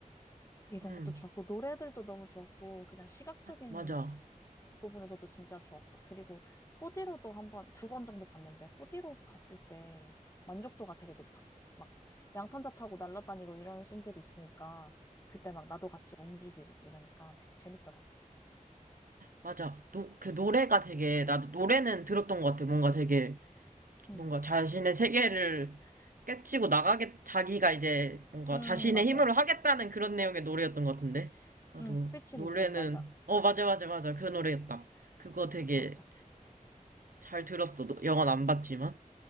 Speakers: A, on the left; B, on the right.
A: 이런
B: 응
A: 것도 좋았고, 노래들도 너무 좋았고, 그냥 시각적인
B: 맞아
A: 부분에서도 진짜 좋았어. 그리고 4D로도 한 번, 두 번 정도 봤는데 4D로 봤을 때 만족도가 되게 높았어. 막 양탄자 타고 날아다니고 이런 씬들이 있으니까 그때 막 나도 같이 움직이고 이러니까 되게 재밌더라고.
B: 맞아. 노, 그 노래가 되게, 나도 노래는 들었던 것 같아. 뭔가 되게,
A: 응
B: 뭔가 자신의 세계를 깨치고 나가게, 자기가 이제 뭔가
A: 음,
B: 자신의
A: 맞아.
B: 힘으로 하겠다는 그런 내용의 노래였던 것 같은데. 나도
A: 음, 스피치리스
B: 노래는,
A: 맞아.
B: 어, 맞아, 맞아, 맞아. 그 노래였다. 그거 되게
A: 맞아.
B: 잘 들었어. 노- 영화는 안 봤지만.